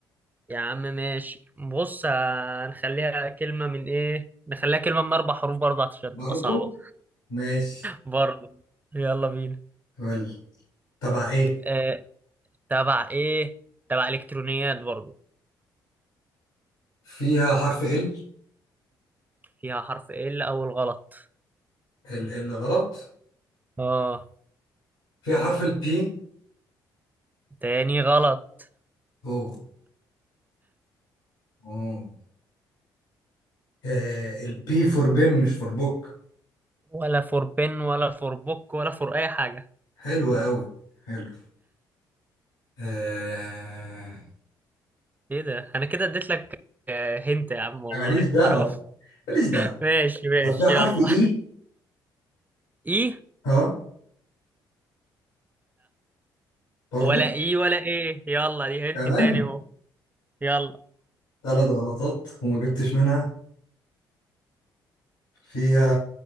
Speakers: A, on the right; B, on the left.
A: يا عم ماشي بص هنخليها كلمه من ايه نخليها كلمه من اربع حروف برضه عشان
B: برضو
A: تبقى صعبه
B: ماشي
A: برضه يلا بينا
B: قول تبع ايه
A: آه، تبع ايه تبع الكترونيات برضو
B: فيها حرف ال
A: فيها حرف ال اول غلط
B: ال ال غلط
A: اه
B: فيها حرف البي
A: تاني غلط
B: اوه اوه آه البي فور بن مش فور بوك
A: ولا فور بن ولا فور بوك ولا فور اي حاجة
B: حلو قوي حلو آه...
A: ايه ده انا كده اديت لك آه، هنت يا عم والله
B: ماليش دعوة
A: حرام
B: ماليش دعوة
A: <laughs> ماشي ماشي
B: طب فيها حرف
A: يلا
B: اي
A: اي
B: اه برضو
A: ولا اي ولا ايه يلا دي هنت
B: كمان
A: تاني اهو يلا
B: ثلاث غلطات وما جبتش منها فيها